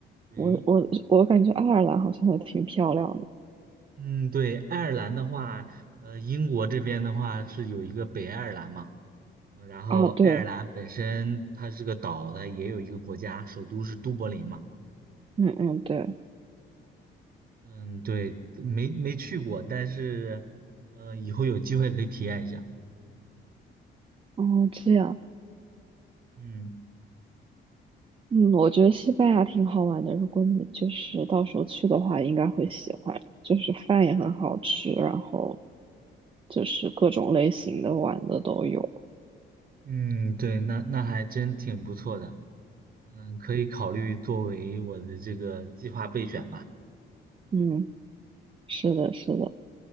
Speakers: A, on the right; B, on the right.
A: 对，
B: 我我我感觉爱尔兰好像还挺漂亮的。
A: 嗯，对，爱尔兰的话，呃，英国这边的话是有一个北爱尔兰嘛，嗯，然后爱尔兰本身它是个岛，
B: 啊，对，
A: 它也有一个国家，首都是都柏林嘛。
B: 嗯嗯对，
A: 嗯，对，没没去过，但是，呃，以后有机会可以体验一下。
B: 哦这样。
A: 嗯
B: 嗯，我觉得西班牙挺好玩的。如果你就是到时候去的话，应该会喜欢。就是饭也很好吃，然后就是各种类型的玩的都有。
A: 嗯，对，那那还真挺不错的。嗯，可以考虑作为我的这个计划备选吧。
B: 嗯，是的，是的。